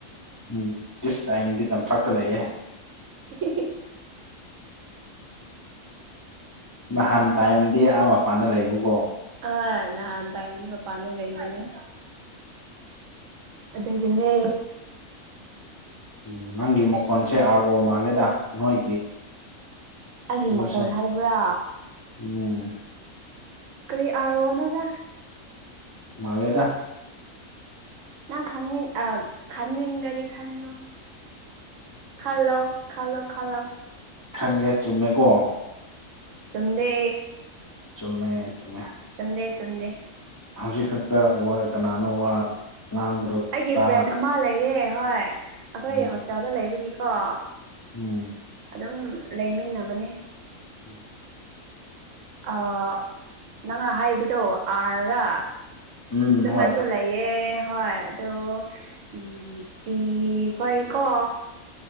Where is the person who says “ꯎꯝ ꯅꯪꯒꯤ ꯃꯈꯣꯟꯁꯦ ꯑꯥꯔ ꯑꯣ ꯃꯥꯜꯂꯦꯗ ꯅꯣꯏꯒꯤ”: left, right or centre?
Left